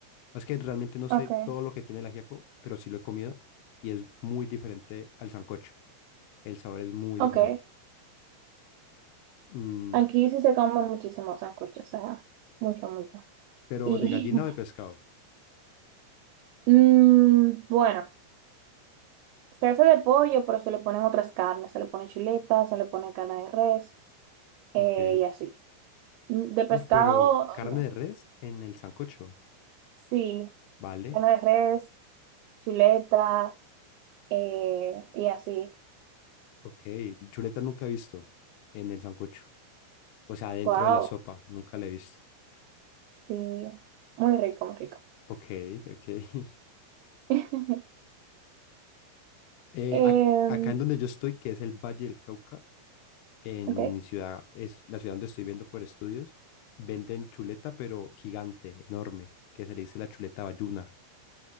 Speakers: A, on the left; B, on the right.
A: Es que realmente no sé
B: Okay.
A: todo lo que tiene el ajiaco, pero sí lo he comido y es muy diferente al sancocho. El sabor es muy
B: Ok,
A: diferente. Mm,
B: Aquí sí se comen muchísimos sándwiches, o sea, mucho, mucho.
A: pero
B: Y
A: de gallina o de pescado.
B: <laughs> mm, bueno, se hace de pollo, pero se le ponen otras carnes, se le pone chuleta, se le pone carne de res eh,
A: Ok.
B: y así. Mm, De pescado,
A: Uf, pero carne
B: no.
A: de res en el sancocho.
B: Sí,
A: Vale.
B: carne de res, chuleta eh, y así.
A: Ok. Chuleta nunca he visto en el sancocho. O sea, dentro
B: Wow,
A: de la sopa, nunca la he visto.
B: sí, muy rico, muy rico.
A: Ok, ok. <laughs>
B: <laughs>
A: Eh,
B: Em,
A: ac- acá en donde yo estoy, que es el Valle del Cauca, En
B: ok.
A: mi ciudad, es la ciudad donde estoy viendo por estudios, venden chuleta, pero gigante, enorme, que se le dice la chuleta bayuna.